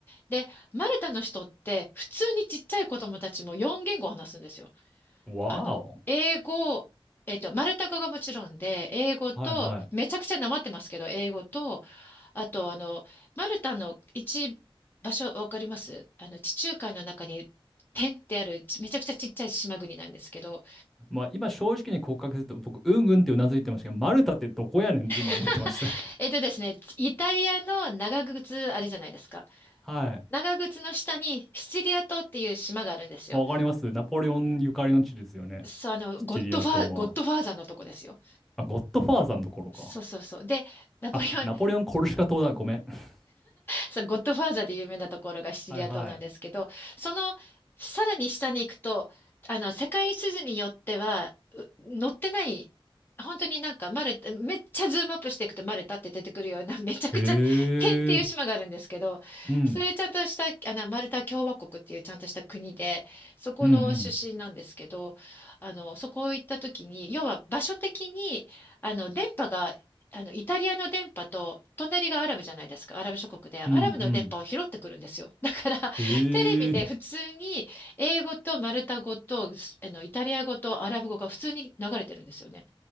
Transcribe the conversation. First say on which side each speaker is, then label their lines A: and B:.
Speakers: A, on the left; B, in the centre.
A: で、マルタの人って、普通にちっちゃい子供たちも4言語話すんですよ。
B: ん。わお。
A: あの、英語、えっと、マルタ語がもちろんで、英語と、
B: はいはい。
A: めちゃくちゃなまってますけど、英語と、あと、あの、マルタの一場所、わかりますあの、地中海の中に、点ってある、ちめちゃくちゃちっちゃい島国なんですけど、
B: まあ、今正直に告白すると、僕、うんうんってうなずいてましたけど、マルタってどこやねんって今思ってました。
A: <laughs>
B: <laughs>
A: えっとですね、イタリアの長靴あれじゃないですか。
B: はい。
A: 長靴の下にシチリア島っていう島があるんですよ。
B: わかります。ナポレオンゆかりの地ですよね。
A: そう、あの、
B: シチリア島は。
A: ゴッドファー、ゴッドファーザーのとこですよ。
B: あ、ゴッドファーザーの頃か。
A: そうそうそう。で、ナポレオン
B: あ、ナポレオン・コルシカ島だ。ごめん。<laughs>
A: そう、ゴッドファーザーで有名なところがシチリア島なんですけど、
B: はいはい。
A: そのさらに下に行くと、あの、世界地図によっては、う載ってない、本当になんかマルタ、めっちゃズームアップしていくとマルタって出てくるような、<laughs> めちゃくちゃ、
B: へえ。
A: 点っていう島があるんですけど、
B: うん。
A: それちゃんとした、あの、マルタ共和国っていうちゃんとした国で、そこの出身なんですけど、
B: うんうん。
A: あの、そこ行った時に、要は場所的に、あの、電波があの、イタリアの電波と、隣がアラブじゃないですか、アラブ諸国で、アラブの電波を拾ってくるんですよ。
B: うん
A: <laughs> だから、
B: うん。へえ。
A: テレビで普通に、英語とマルタ語と、すあの、イタリア語とアラブ語が普通に流れてるんですよね。